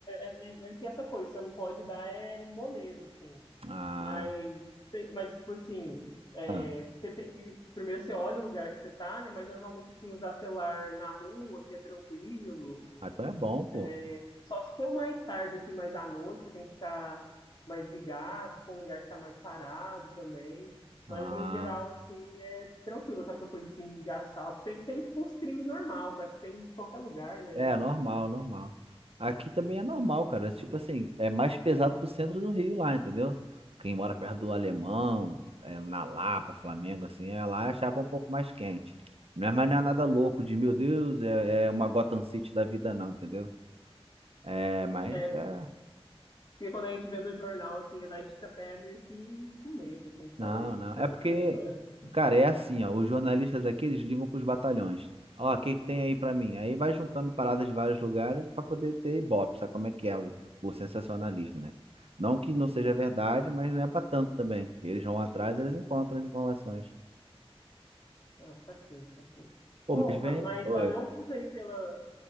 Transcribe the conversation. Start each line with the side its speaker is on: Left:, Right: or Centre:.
Left: é, é meio que essa coisa, você não pode dar é moleza, assim.
Right: Ah,
Left: Mas, te- mas tipo assim, é,
Right: ah,
Left: você tem que. Primeiro você olha o lugar que você tá, né? Mas normalmente, assim, usar celular na rua, aqui é tranquilo.
Right: ah, então é bom, pô.
Left: É, só se for mais tarde, assim, mais à noite, você tem que ficar mais ligado, se for um lugar que tá mais parado também.
Right: Ah.
Left: Mas no geral, assim, é tranquilo com essa coisa assim de assalto. Tem, tem tipo uns crimes normais, que eu acho que tem em qualquer lugar, né?
Right: É, normal, normal. Aqui também é normal, cara. Tipo assim, é mais pesado pro centro do Rio lá, entendeu? Quem mora perto do Alemão, é, na Lapa, Flamengo, assim, é lá a chapa um pouco mais quente. Não é, mas não é nada louco de, meu Deus, é, é uma Gotham City da vida, não, entendeu? É, mas
Left: É,
Right: é.
Left: porque quando a gente vê no jornal, assim, a gente fica até meio que com medo, assim, de
Right: Não,
Left: falar, eita,
Right: não. É porque,
Left: caramba. <laughs>
Right: cara, é assim, ó. Os jornalistas aqui, eles ligam pros batalhões. Ó, o que que tem aí pra mim? Aí vai juntando paradas de vários lugares pra poder ter ibope, sabe como é que é o, o sensacionalismo, né? Não que não seja verdade, mas não é pra tanto também. Eles vão atrás, eles encontram as informações.
Left: Ah, tá quente, tá quente.
Right: Pô,
Left: Oh,
Right: mas vem.
Left: ma- mas
Right: Oi.
Left: valeu muito aí pela-